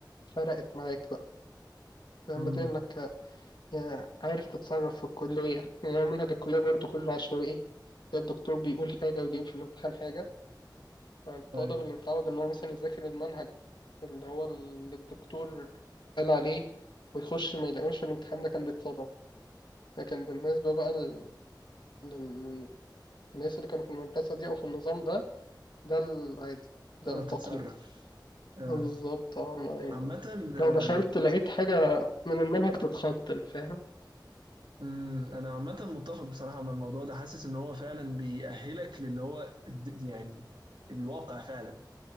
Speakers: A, on the left; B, on the right.
A: فرقت معاك بقى يعني
B: امم
A: بتلاقي انك آه، يعني عارف تتصرف في الكلية يعني هو منهج الكلية برضو كله عشوائي تلاقي الدكتور بيقول حاجة ويجيب في الامتحان حاجة فالطالب
B: ايوه
A: اللي متعود ان هو مثلا يذاكر المنهج اللي هو اللي الدكتور قال عليه ويخش ما يلاقوش في الامتحان ده كان بيتصدم لكن بالنسبة بقى لل- للناس اللي كانوا في المدرسة دي أو في النظام ده ده العادي ده
B: تعرف
A: التقليدي
B: تتصرف آه.
A: بالظبط اه أنا يعني
B: عامة آه،
A: لو دخلت لقيت حاجة من المنهج تتخض اللي فاهم
B: مم، أنا عامة متفق بصراحة مع الموضوع ده حاسس إن هو فعلا بيأهلك للي هو الد- يعني الواقع فعلا